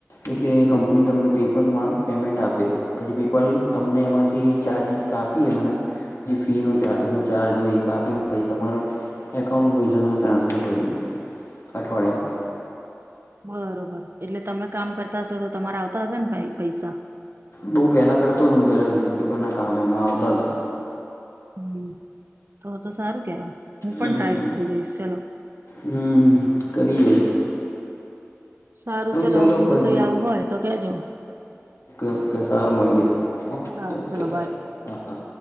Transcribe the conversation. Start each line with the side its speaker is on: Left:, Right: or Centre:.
Left: એટલે કંપની તમને પેપલમાં પેમેન્ટ આપે પછી પેપલ તમને એમાંથી ચાર્જિસ કાપી એમના જે ફી ન ચ એ ચાર્જ હોય કાપી પ તમારાથી એકાઉન્ટમાં પૈસા તો મે ટ્રન્સફર કરી દો અઠવાડયામાં
Right: બરોબર એટલે તમે કામ કરતા હશો તો તમારે આવતા હશે ને પૈસા
Left: બહુ પહેલાં કરતો હતો હું પહેલાં રિસીઝ પેપના કામ એમાં આવતા હતા
Right: હમ તો તો સારું કેવાય હું
Left: હમ
Right: પણ ટ્રાય કરી દઈશ ચલો
Left: હમ કરજો
Right: સારું ચલો
Left: ચાલો
Right: બીજું
Left: પછી
Right: કઈ આવું હોય તો કેજો
Left: ઓકે સારું મળીએ હા
Right: સારું
Left: ઓકે
Right: ચલો
Left: બાય હા હા